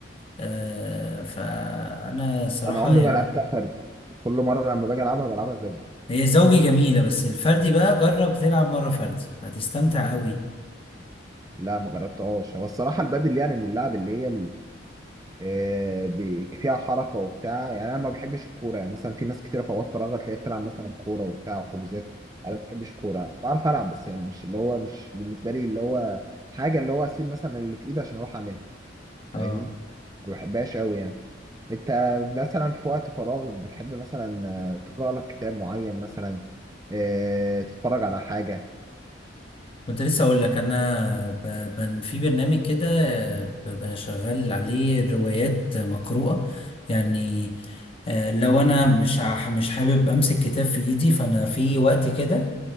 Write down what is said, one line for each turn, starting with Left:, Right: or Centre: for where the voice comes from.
Left: آه فأنا صراحة
Right: انا عمري
Left: يعني
Right: ما لعبتها فرد كل مره لما باجي العبها بلعبها زوجي
Left: هي زوجي جميلة بس الفردي بقى جرب تلعب مرة فردي هتستمتع قوي
Right: لا ما جربتهاش هو الصراحه البدل يعني من اللعب اللي هي آه، بي- فيها حركه وبتاع يعني انا ما بحبش الكوره يعني مثلا في ناس كتير في اوقات فراغها تلاقيها بتلعب مثلا كوره وبتاع وحجوزات انا ما بحبش الكوره بعرف العب بس يعني مش اللي هو مش بالنسبه لي اللي هو حاجه اللي هو اسيب مثلا اللي في ايدي عشان اروح اعملها
Left: اه
Right: فاهمني ما بحبهاش قوي يعني انت مثلا في وقت فراغ بتحب مثلا آه، تقرا لك كتاب معين مثلا آه، تتفرج على حاجه
Left: كنت لسه اقول لك انا ب... ب... في برنامج كده ب... بشغل عليه روايات مقروءة يعني آه، لو انا مش ع- مش حابب امسك كتاب في ايدي فانا في وقت كده